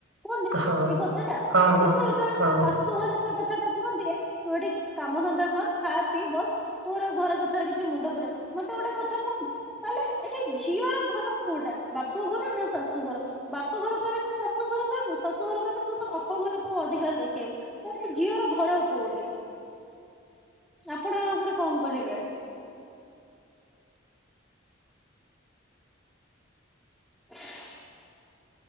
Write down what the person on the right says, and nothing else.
ହଁ
ହଁ ହଁ
ହଁ